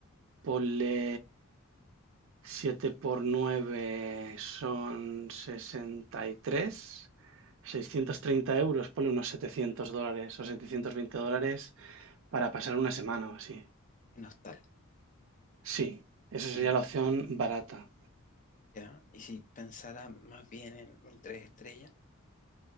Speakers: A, on the right; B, on the left.
A: Ponle Siete por nueve son sesenta y tres seiscientos treinta euros, ponle unos 700 dólares o 720 dólares para pasar una semana o así.
B: en hostal.
A: Sí, esa sería
B: Y
A: la opción barata.
B: ya, y si pensara más bien en un 3 estrellas,